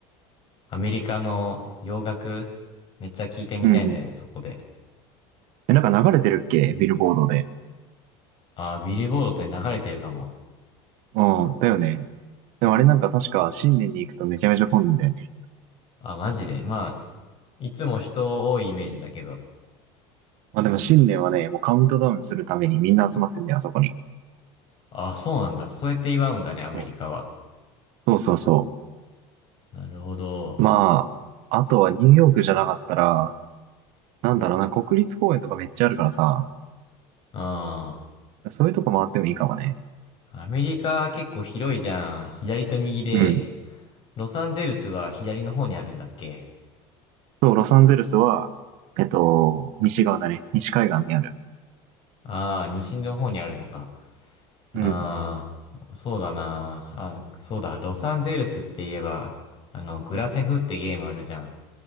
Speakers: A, on the left (about 40°); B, on the right (about 65°).
A: アメリカの洋楽、めっちゃ聞いてみたいんだよね、
B: うん、うん。
A: そこで。
B: え、なんか流れてるっけビルボードで。
A: ああ、ビリボードって流れてるかも。
B: うん、だよね。でもあれなんか確か新年に行くとめちゃめちゃ混んでんだよね。
A: あ、マジで。まあ、いつも人多いイメージだけど。
B: まあでも新年はね、もうカウントダウンするためにみんな集まってんだよ、あそこに。
A: あ、そうなんだ。そうやって祝うんだね、アメリカは。
B: そう。そうそうそ
A: なるほど。
B: う。まあ、あとはニューヨークじゃなかったら、なんだろうな、国立公園とかめっちゃあるからさ、
A: うん。ア
B: そういうとこ回ってもいいかもね。
A: メリカ結構広いじゃん。左と右で。
B: うん。
A: ロサンゼルスは左の方にあるんだっけ
B: そう、ロサンゼルスは、えっと、西側だね。西海岸にある。
A: ああー、西の方にあるのか。ああ、
B: うん。
A: そうだな。あ、そうだ。ロサンゼルスって言えば、あの、グラセフってゲームあるじゃん。